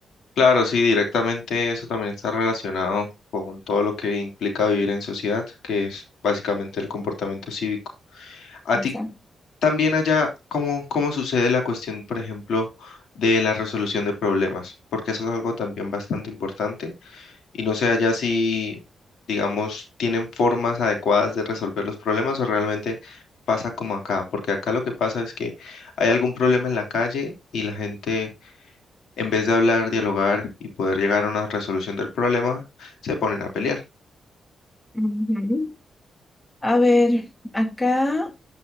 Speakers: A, on the left; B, on the left.
A: Claro, sí, directamente eso también está relacionado con todo lo que implica vivir en sociedad, que es básicamente el comportamiento cívico. A
B: exacto
A: ti también allá, ¿cómo, cómo sucede la cuestión, por ejemplo, de la resolución de problemas? Porque eso es algo también bastante importante y no sé allá si, digamos, tienen formas adecuadas de resolver los problemas o realmente pasa como acá, porque acá lo que pasa es que hay algún problema en la calle y la gente en vez de hablar, dialogar y poder llegar a una resolución del problema, se ponen a pelear.
B: Ujú. A ver, acá.